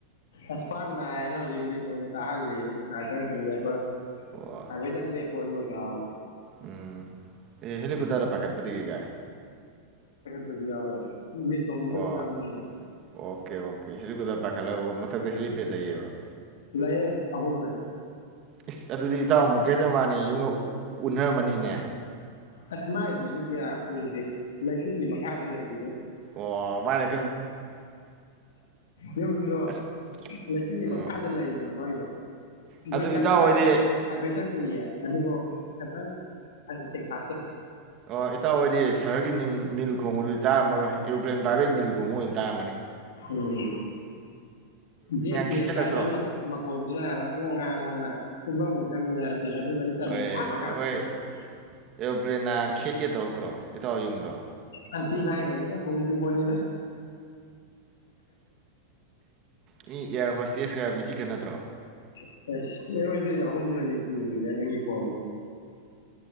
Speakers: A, on the left; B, on the right.
A: ꯑꯁ ꯈꯋ꯭ꯥꯡ ꯅꯥꯏꯅ ꯍꯧꯖꯤꯛ ꯂꯤꯞ ꯑꯣꯏꯅ ꯀꯍꯜꯂꯩꯉꯣ ꯉꯥꯏꯍꯛꯇꯪ ꯁꯨꯝ ꯂꯦꯞꯄꯒ꯫
B: ꯑꯣ
A: ꯍꯥꯏꯐꯦꯠꯇꯪꯗꯤ <unintelligible>
B: ꯎꯝ ꯑꯦ ꯍꯦꯂꯤꯀꯨꯇꯔꯗ ꯄꯥꯈꯠꯄꯗꯤ ꯀꯩ ꯀꯥꯏ꯫
A: <inaudible> <inaudible> ꯂꯤꯚ ꯇꯣꯡꯅꯤꯡꯗꯕ
B: ꯑꯣ
A: ꯀꯥꯡꯒꯨꯒꯤꯅ꯫
B: ꯑꯣꯀꯦ ꯑꯣꯀꯦ ꯍꯦꯂꯤꯀꯨꯞꯇꯔ ꯄꯥꯏꯈꯠꯂꯛꯒ ꯃꯊꯛꯇ ꯍꯦꯂꯤꯄꯦꯗ ꯂꯩꯌꯦꯕ
A: ꯂꯩꯑꯦ ꯑꯍꯨꯝ ꯂꯩ
B: ꯏꯁ ꯑꯗꯨꯗꯤ ꯏꯇꯥꯎ ꯃꯨꯛꯀꯦꯖ ꯑꯃꯕꯅꯤꯒꯤ ꯌꯨꯝꯒ ꯎꯅꯔꯝꯃꯅꯤꯅꯦ
A: ꯑꯁ ꯃꯥꯏꯗꯨꯁꯨ ꯀꯌꯥ ꯎꯗꯦ ꯂꯩꯆꯤꯟꯒꯤ ꯃꯈꯥꯗ ꯂꯩ꯫
B: ꯑꯣ ꯃꯥꯅꯦ
A: ꯌꯨꯝꯗꯣ
B: ꯑꯁ
A: ꯂꯩꯆꯤꯟꯒꯤ
B: ꯑꯣ
A: ꯃꯈꯥꯗ ꯂꯩꯕ ꯃꯥꯏꯗꯣ
B: ꯑꯗꯨ
A: ꯕꯔꯨꯁꯀꯂꯤꯐꯥ
B: ꯏꯇꯥꯎ ꯍꯣꯏꯗꯤ
A: ꯍꯥꯏꯐꯦꯠ ꯌꯦ ꯑꯗꯨꯐꯥꯎ ꯈꯤꯇꯪ ꯁꯦꯛꯐꯥꯠꯇꯦ
B: ꯑꯣ ꯏꯇꯥꯎ ꯍꯣꯏꯗꯤ ꯁꯍꯔꯒꯤ ꯅꯤꯡ ꯅꯤꯜ ꯈꯣꯡꯕꯗꯨꯗꯤ ꯇꯥꯔꯝꯃꯔꯣꯏ ꯄꯂ꯭ꯦꯟ ꯄꯥꯏꯕꯩ ꯅꯤꯟ <inaudible> ꯑꯣꯏꯅ ꯇꯥꯔꯃꯅꯤ
A: ꯎꯝ ꯖꯦꯠ
B: ꯈꯦꯠꯆꯤꯜꯂꯛꯇ꯭ꯔꯣ
A: ꯄꯂꯦꯟ ꯄꯥꯏꯕꯩ ꯃꯈꯣꯟꯁꯤꯅ ꯉꯣꯉꯥ ꯉꯣꯉꯥ ꯇꯨꯝꯕꯥꯝꯒ <inaudible> ꯑꯗꯨꯅ ꯑꯩ ꯇꯟꯗꯅ
B: ꯍꯣꯏ
A: ꯑꯥ ꯃꯈꯥꯗꯥ
B: ꯑꯩꯈꯣꯏ
A: ꯀꯨꯝꯗꯔꯥ
B: ꯑꯦꯔꯣꯄ꯭ꯂꯦꯟꯅ ꯈꯦꯠꯀꯦ ꯇꯧꯔꯛꯇ꯭ꯔꯣ ꯏꯇꯥꯎ ꯍꯣꯏ ꯌꯨꯝꯗꯣ
A: ꯑꯁ ꯊꯤ ꯐꯥꯏꯔꯤ ꯉꯩꯗ ꯒꯥ ꯍꯨꯝꯒꯔ꯭ꯤ ꯄꯣꯠꯅꯤꯗ <inaudible>
B: ꯃꯤ ꯑꯦꯌꯔ ꯍꯣꯁꯇꯦꯁ ꯀꯥ ꯃꯤꯆꯤ ꯈꯠꯅꯗꯔꯣ
A: <inaudible>